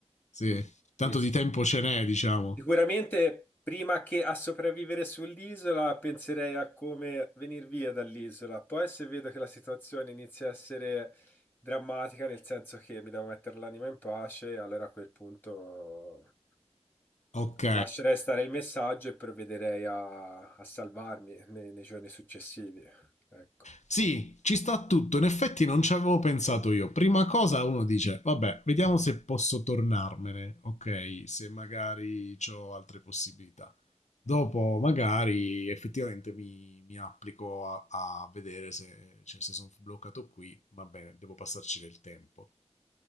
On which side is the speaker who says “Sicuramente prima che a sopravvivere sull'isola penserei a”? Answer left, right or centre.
Left